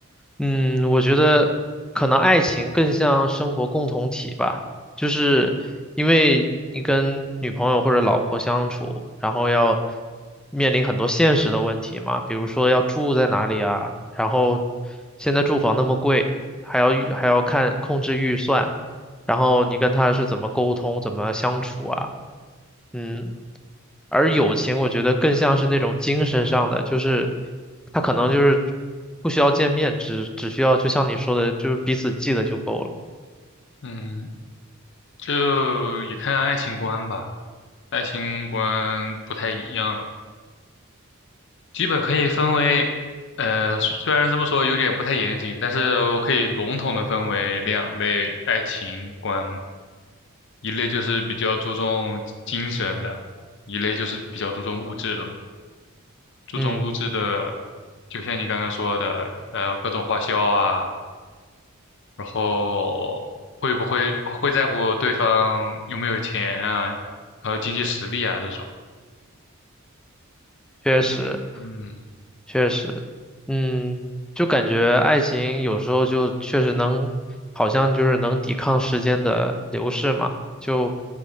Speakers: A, in the centre; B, on the left.
A: 嗯，我觉得可能爱情更像生活共同体吧，就是因为你跟女朋友或者老婆相处，然后要面临很多现实的问题嘛，比如说要住在哪里啊，然后现在住房那么贵，还要预还要看控制预算，然后你跟他是怎么沟通，怎么相处啊，嗯，而友情，我觉得更像是那种精神上的，就是他可能就是不需要见面，只只需要就像你说的，就是彼此记得就够了。
B: 嗯，就也看爱情观吧，爱情观不太一样，基本可以分为。呃，虽虽然这么说有点不太严谨，但是我可以笼统的分为两类爱情观。一类就是比较注重精神的，一类就是比较注重物质的嘛。注重物质的，
A: 嗯，
B: 就像你刚刚说的，呃，各种花销啊，然后会不会会在乎对方有没有钱啊，还有经济实力啊这种。
A: 确实。
B: 嗯嗯
A: 确实，嗯，就感觉爱情有时候就确实能，好像就是能抵抗时间的流逝嘛。就